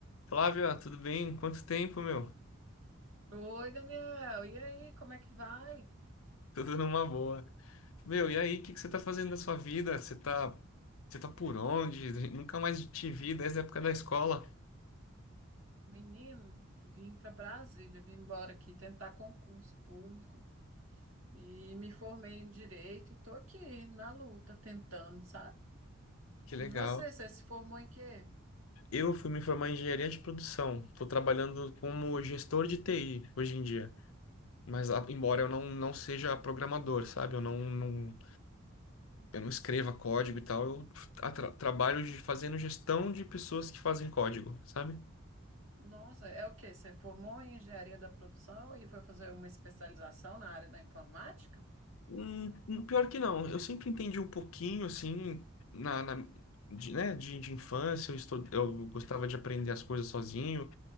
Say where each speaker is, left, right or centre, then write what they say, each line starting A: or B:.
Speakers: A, on the left (about 75°); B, on the right (about 75°).
A: Flávia, tudo bem? Quanto tempo, meu?
B: Oi, Daniel. E aí, como é que vai?
A: Tudo numa boa. Meu, e aí, o que que você tá fazendo da sua vida? Você tá, você tá por onde? Nunca mais te vi desde a época da escola.
B: Menino, vim para Brasília, vim embora aqui tentar concurso público e me formei em direito e tô aqui na luta tentando, sabe?
A: Que legal.
B: E você, você se formou em quê?
A: Eu fui me formar em engenharia de produção. Estou trabalhando como gestor de TI hoje em dia. Mas a- embora eu não, não seja programador, sabe? Eu não, não, eu não escreva código e tal. Eu tra- trabalho de, fazendo gestão de pessoas que fazem código, sabe?
B: Nossa, é o quê? Você formou em engenharia da produção e foi fazer uma especialização na área da informática?
A: Hum, hum, pior que não. Eu sempre entendi um pouquinho, assim, na, na- de, né, de, de infância, eu, estu- eu gostava de aprender as coisas sozinho.